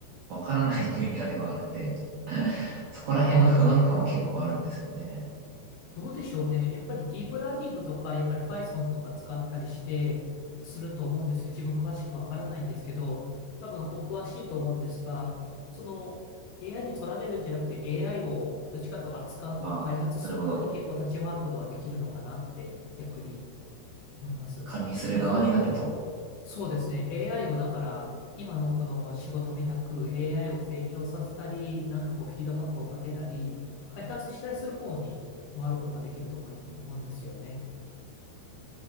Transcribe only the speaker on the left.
あ、うんうんどうでしょうね。やっぱりディープラーニングとか、やっぱり Python とか使ったりして、すると思うんですよ。自分詳しくわからないんですけど、多分お詳しいと思うんですが、その AI に取られるんじゃなくて AI をどっちかというと扱うとか開発する方に結構立ち回ることができるのかなって逆に
思います。
だからプロ、そうですね。AI をだから、今のこの仕事みたく AI を成長させたり、なんかこうフィードバックをかけたり、開発したりする方に回ることができると思い、思うんですよね。